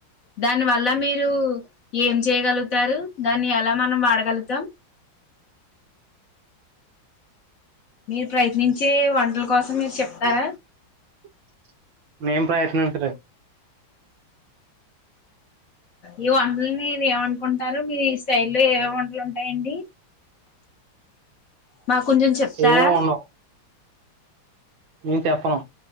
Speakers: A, on the left (about 45°); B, on the right (about 70°).
A: దాని వల్ల మీరు ఏం చేయగలుగుతారు దాన్ని ఎలా మనం వాడగలుగుతాం మీరు ప్రయత్నించే వంటల కోసం మీరు చెప్తార
B: <unintelligible>
A: ఈ వంటలు నీ ఏమనుకుంటారు మీ స్టైల్ లో ఏ వంటలుంట అండి మాకు కొంచెం చెప్తారా
B: ఏమి ఉండవు నేను చెప్పను